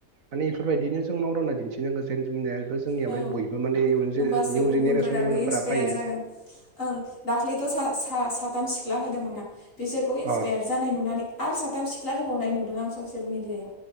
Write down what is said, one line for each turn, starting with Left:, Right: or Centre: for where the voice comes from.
Right: माने इफोरबायदिनो जों मावदावना दिन्थिनांगोन जेन जोंनि बो जोंनियालाय
Left: औ
Right: बयबो माने इयुन
Left: होमबासो
Right: जो निउ
Left: गुबुनफोराबो
Right: जेनेरेसनफोरा
Left: इन्सपायार
Right: फाइयो
Left: जागोन ओं दाख्लैथ सा सा' साथाम सिख्ला होदोंमोनना बिसोरखौ
Right: अ
Left: इन्सपायार
Right: अ
Left: जानाय नुनानै आरो साथाम सिख्ला होबावनाय नुदों आं ससियेल मिडियाआव।